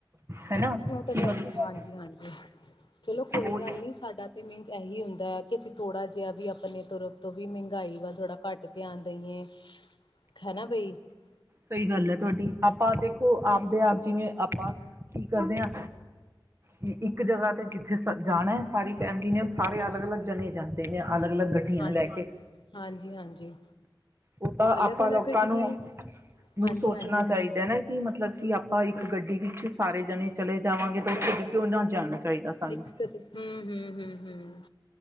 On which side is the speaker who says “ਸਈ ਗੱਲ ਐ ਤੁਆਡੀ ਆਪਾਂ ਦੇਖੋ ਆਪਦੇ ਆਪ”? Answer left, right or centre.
Right